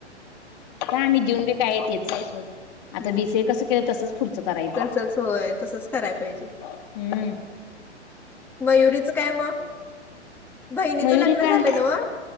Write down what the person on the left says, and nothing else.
हो आम्ही देऊन बी काय तेच आहे सोड आता
बीसीए
कसं केलं तसंच पुढचं करायचं
हम्म
मयुरी
काय